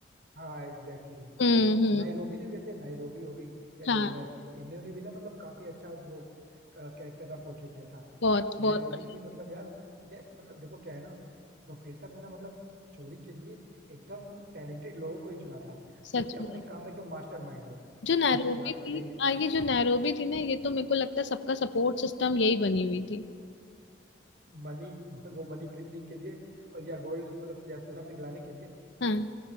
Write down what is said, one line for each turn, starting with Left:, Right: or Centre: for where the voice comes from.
Right: हाँ एग्जैक्टली exactly.
Left: हम्म हम्म
Right: नाइरोबी ने जैसे नाइरोबी हो गई या डेनवर
Left: हाँ
Right: इन्होंने भी ना मतलब काफी अच्छा वो कैरेक्टर का पोर्ट्रे किया था
Left: बहुत बहुत
Right: नाइरोबी
Left: बढ़िया
Right: भी मतलब यार ये मतलब देखो क्या है ना प्रोफेसर ने ना मतलब चोरी के लिए एकदम टैलेंटेड लोगों को ही चुना था
Left: सच
Right: जो कि अपने
Left: में
Right: काम में एकदम मास्टरमाइंड हो
Left: जो नैरोबी
Right: जैसे बात
Left: थी
Right: करें
Left: हाँ ये जो नैरोबी थी ना ये तो मेरे को लगता है सबका सपोर्ट सिस्टम यही बनी हुई थी
Right: मनी वो मनी प्रिंटिंग के लिए और या गोल्ड मतलब या सोना पिघलाने के लिए
Left: हाँ